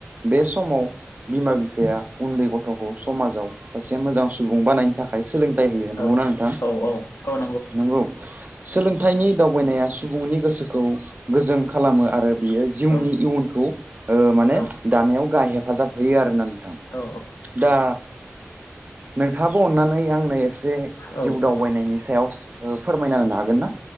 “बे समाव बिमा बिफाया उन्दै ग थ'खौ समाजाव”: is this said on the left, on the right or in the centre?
Right